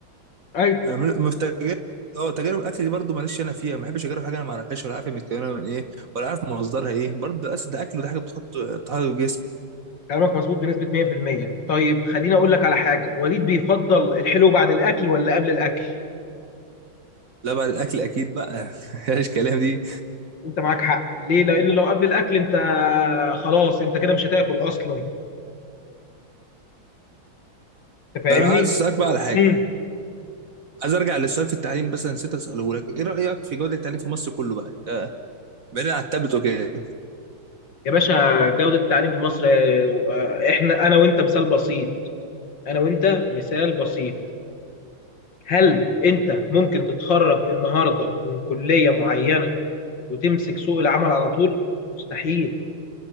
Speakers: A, on the left; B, on the right.
A: ايوه
B: م- في تجارب اه تجارب الاكل دي برضه ماليش انا فيها ما بحبش اجرب حاجه انا ما اعرفهاش ولا عارف هي متكونه من ايه ولا عارف مصدرها ايه برضه الاكل ده اكل وده حاجه بتحط بتحط في الجسم
A: كلامك مظبوط بنسبة 100% طيب خليني اقول لك على حاجة وليد بيفضل الحلو بعد الاكل ولا قبل الاكل
B: لا بعد الاكل اكيد بقى <laughs> مفيهاش كلام دي
A: انت معاك حق ليه لان لو قبل الاكل انت خلاص انت كده مش هتاكل اصلا انت فاهمني
B: انا عايز اسالك بقى على حاجه
A: امم
B: عايز ارجع للسؤال في التعليم بس أنا نسيت اساله لك ايه رايك في جوده التعليم في مصر كله بقى ك- بعيد عن التابلت وكده
A: يا باشا جودة التعليم في مصر آه، احنا انا وانت مثال بسيط انا وانت مثال بسيط هل انت ممكن تتخرج النهارده من كلية معينة وتمسك سوق العمل على طول مستحيل